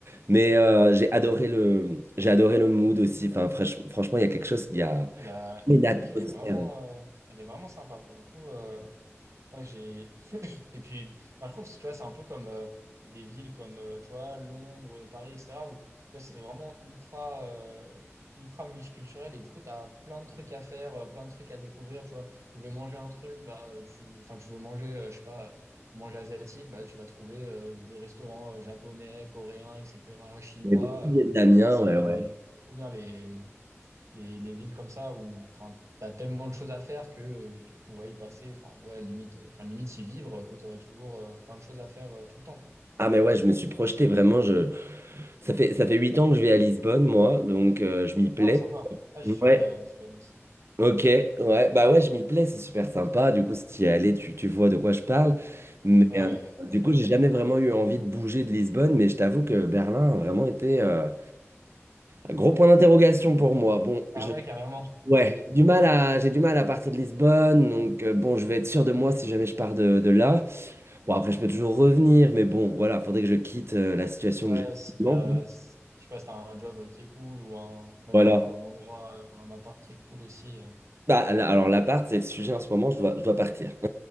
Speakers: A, on the right; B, on the right.
A: Mais euh, j'ai adoré le, j'ai adoré le mood aussi. Enfin, fraîche- franchement, il y a quelque chose, il y a.
B: Ouais, La,
A: Mais l'atmosphère,
B: la ville est vraiment,
A: ouais.
B: euh, elle est vraiment sympa pour le coup. euh, Ouais, j'ai. <laughs> Et puis, enfin, je trouve, tu vois, c'est un peu comme euh, des villes comme, euh, tu vois, Londres, euh, Paris, etc., où, tu vois, c'est vraiment ultra, euh, ultra multiculturel et du coup, tu as plein de trucs à faire, euh, plein de trucs à découvrir, tu vois. Tu veux manger un truc, bah, euh, tu... Enfin, tu veux manger, euh, je sais pas, euh, tu veux manger asiatique, bah, tu vas trouver euh, des restaurants euh, japonais, coréens, etc., chinois.
A: il y avait beaucoup de Vietnamiens,
B: euh. Enfin, c'est
A: ouais, ouais.
B: c'est trop bien les, les, les villes comme ça où enfin t'as tellement de choses à faire que euh, tu pourrais y passer enfin ouais limite euh, enfin limite y vivre euh, que t'aurais toujours euh, plein de choses à faire euh, tout le temps quoi
A: Ah, mais ouais, je me suis projeté vraiment. Je... Ça fait, ça fait 8 ans que je vais à Lisbonne, moi, donc euh, je m'y plais.
B: ah sympa ah j'y suis
A: Ouais,
B: allé à Lisbonne aussi
A: ok, ouais, bah ouais, je m'y plais, c'est super sympa. Du coup, si tu y es allé, tu, tu vois de quoi je parle.
B: Mm.
A: Mais
B: ouais ouais
A: euh,
B: franchement
A: du coup, j'ai jamais vraiment eu envie de bouger de Lisbonne, mais je t'avoue que Berlin a vraiment été euh, un gros point d'interrogation pour moi. Bon,
B: ah
A: je,
B: ouais carrément
A: Ouais,
B: ok
A: du mal à, j'ai du mal à partir de Lisbonne, donc euh, bon, je vais être sûr de moi si jamais je pars de, de là. Bon, après, je peux toujours revenir, mais bon, voilà, faudrait que je quitte euh, la situation
B: ouais
A: que j'ai.
B: si
A: actuellement,
B: t'as
A: quoi.
B: si- je sais pas si t'as un job euh, qui est cool ou un même
A: Voilà.
B: un endroit euh, un appart qui est cool aussi euh.
A: Bah, là, alors, l'appart, c'est le sujet en ce moment, je dois, je dois partir. <laughs>